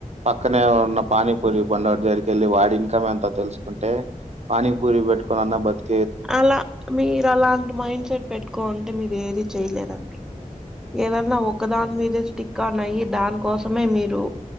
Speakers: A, on the right; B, in the centre.
A: పక్కనే ఉన్న పానీపూరి బండోడి దగ్గరికెళ్ళి వాడి ఇన్కమ్ ఎంత తెలుసుకుంటే పానీపూరి పెట్టుకోనన్న బతి
B: అల మీరు అలాంటి మైండ్ సెట్ పెట్టుకోంటే మీరు ఏది చేయలేరండి ఏదన్న ఒకదాని మీదే స్టిక్ ఇక నయి దానికోసమే మీరు